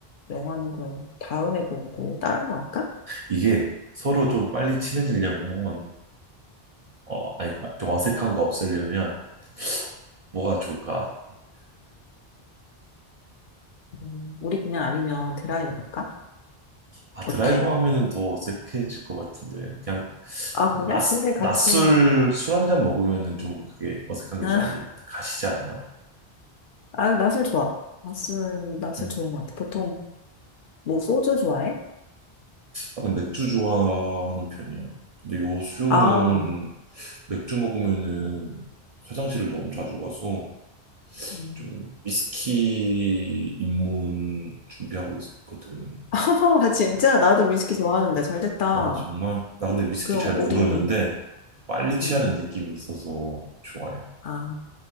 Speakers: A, on the left (about 60°); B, on the right (about 50°).
A: 영화는 그럼 다음에 보고 다른 거 할까?
B: 이게 서로 좀 빨리 친해지려면 어, 아니 좀 어색한 거 없애려면 뭐가 좋을까?
A: 음, 우리 그냥 아니면 드라이브 갈까?
B: 아,
A: 어때?
B: 드라이브 하면은 더 어색해질 것 같은데 그냥
A: 아, 그래?
B: 뭐 낮,
A: 근데 같이,
B: 낮술 술 한잔 먹으면은 좀 그게 어색한
A: 아,
B: 게 많이
A: <laughs>
B: 가시지 않나?
A: 아, 낮 좋아. 낯을, 낯을
B: 그래.
A: 좋은 것 같아. 보통 뭐 소주 좋아해?
B: 나는 맥주 좋아하는 편이야. 근데 요즘은
A: 아,
B: 맥주 먹으면은 화장실을 너무 자주 가서
A: 음.
B: 좀 위스키 입문 준비하고 있거든.
A: <laughs> 아, 진짜? 나도 위스키 좋아하는데 잘 됐다.
B: 아, 정말? 나 근데 위스키
A: 그럼
B: 잘
A: 우리,
B: 모르는데 빨리 취하는
A: 음.
B: 느낌이 있어서 좋아해.
A: 아,